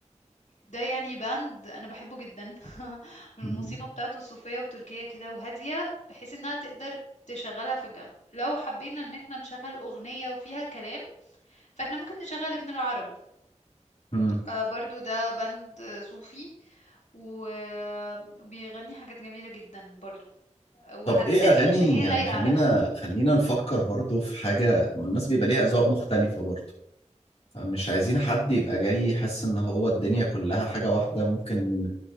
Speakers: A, on the left; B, on the left.
A: ده يعني باند انا بحبه جدا <laughs> الموسيقى
B: مم.
A: بتاعته صوفية وتركية كده وهادية بحيث انها تقدر تشغلها في الجنب لو حبينا ان احنا نشغل اغنية وفيها كلام فاحنا ممكن نشغل ابن العربي
B: مم.
A: آه، برضو ده باند آه، صوفي و- وبيغني حاجات جميلة جدا برضو وهتحس
B: طب ايه اغاني
A: ان هي
B: يعني
A: لايقة
B: خلينا
A: على الكتب
B: خلينا نفكر برضو في حاجة الناس بيبقى ليها اذواق مختلفة برضو فمش عايزين حد يبقى جاي يحس ان هو الدنيا كلها حاجة واحدة ممكن